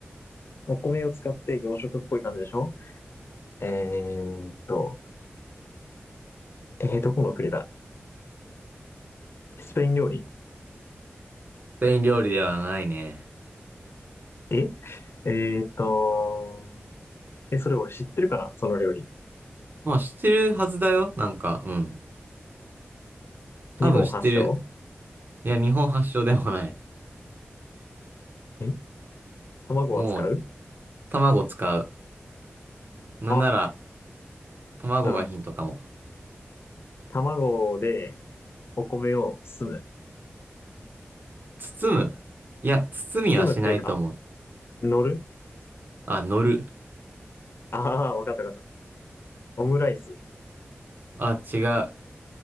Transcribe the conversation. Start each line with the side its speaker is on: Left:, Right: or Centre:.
Left: お米を使って洋食っぽい感じでしょえーっと、えー、どこの国だスペイン料理
Right: スペイン料理ではないね。
Left: ええーっと、え、それ俺知ってるかなその料理。
Right: まあ、知ってるはずだよ。なんか、うん。多分知ってる。
Left: 日本発祥
Right: いや、日本発祥でもない。
Left: え卵は使う
Right: もう、卵使う。なんなら、
Left: あ、
Right: 卵がヒントかも。
Left: うん。卵でお米を包む。
Right: 包む。いや、包みはしないと思う。
Left: 包むっていうか、乗る
Right: あ、乗る。
Left: ああー、わかったわかった。オムライス。
Right: あ、違う。